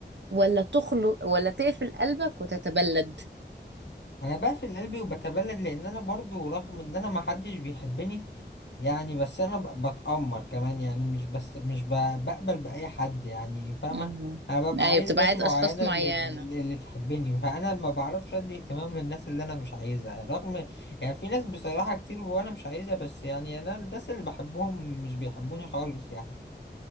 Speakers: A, on the right; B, on the left.
A: ولا تخلق ولا تقفل قلبك وتتبلد
B: انا بقفل قلبي وبتبلد لان انا برضو رغم ان انا ما حدش بيحبني يعني بس انا ب- بتأمر كمان يعني مش بس مش ب- بقبل بأي حد يعني فاهمة
A: مم.
B: انا ببقى
A: ايوه
B: عايز
A: بتبقى
B: ناس
A: عايز
B: معينة
A: اشخاص معينة
B: اللي, اللي تحبني فانا ما بعرفش ادي اهتمام للناس اللي انا مش عايزها رغم يعني في ناس بصراحة كتير وانا مش عايزها بس يعني انا الناس اللي بحبهم مش بيحبوني خالص يعني